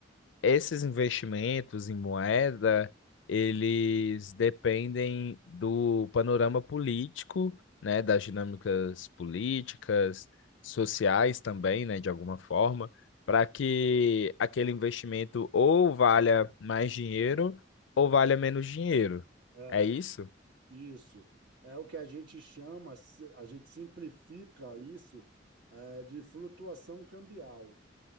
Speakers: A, on the left; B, on the right.
A: esses investimentos em moeda, eles dependem do panorama político, né, das dinâmicas políticas, sociais também, né, de alguma forma, para que aquele investimento ou valha mais dinheiro ou valha menos dinheiro.
B: É,
A: É isso?
B: isso. É o que a gente chama, se- a gente simplifica isso, é, de flutuação cambial.